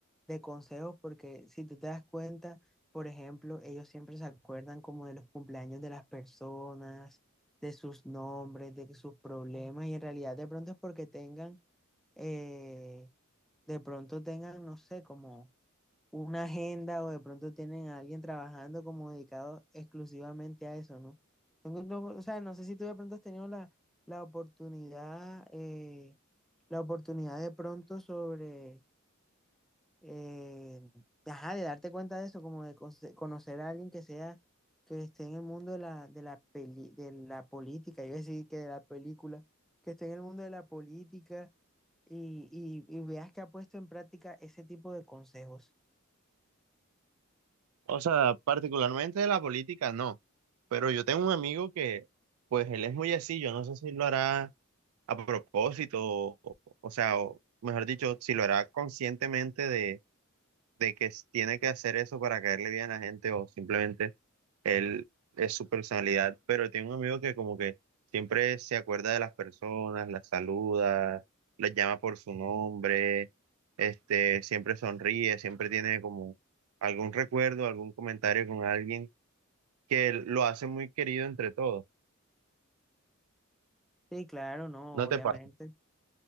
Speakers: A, in the centre; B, on the right.
A: de consejos, porque si tú te das cuenta, por ejemplo, ellos siempre se acuerdan como de los cumpleaños de las personas, de sus nombres, de sus problemas, y en realidad de pronto es porque tengan, eh, de pronto tengan, no sé, como una agenda o de pronto tienen a alguien trabajando como dedicado exclusivamente a eso, ¿no? Tengo- no, o sea, no sé si tú de pronto has tenido la, la oportunidad, eh, la oportunidad de pronto sobre, eh, ajá, de darte cuenta de eso, como de conce- conocer a alguien que sea, que esté en el mundo de la, de la peli- de la política, yo decir que de la película, que esté en el mundo de la política y, y y veas que ha puesto en práctica ese tipo de consejos.
B: O sea, particularmente de la política, no. Pero yo tengo un amigo que, pues él es muy así, yo no sé si lo hará a propósito, o, o sea, o, mejor dicho, si lo hará conscientemente de que s- tiene que hacer eso para caerle bien a la gente o simplemente él es su personalidad, pero tiene un amigo que como que siempre se acuerda de las personas, las saluda, las llama por su nombre, este, siempre sonríe, siempre tiene como algún recuerdo, algún comentario con alguien que lo hace muy querido entre todos.
A: Sí, claro, no,
B: ¿No
A: obviamente.
B: te pasa?